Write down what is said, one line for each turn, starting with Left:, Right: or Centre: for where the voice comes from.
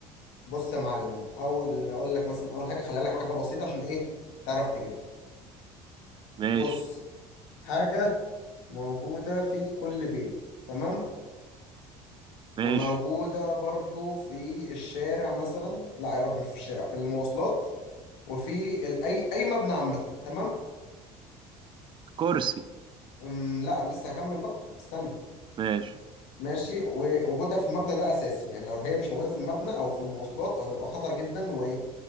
Left: بص يا معلم اول اقول لك مثلا اول حاجه خليها لك حاجه بسيطه عشان ايه تعرف تجيبها
Right: ماشي
Left: بص حاجه موجوده في كل بيت تمام
Right: ماشي
Left: وموجودة برضو في الشارع مثلا لا يا رب مش في الشارع في المواصلات وفي ال... أي أي مبنى عامة تمام
Right: كرسي
Left: أم لا لسه هكمل بقى استنى
Right: ماشي
Left: ماشي ووجودها في المبنى ده أساسي يعني لو هي مش موجودة في المبنى أو في المواصلات هتبقى خطر جدا وعلى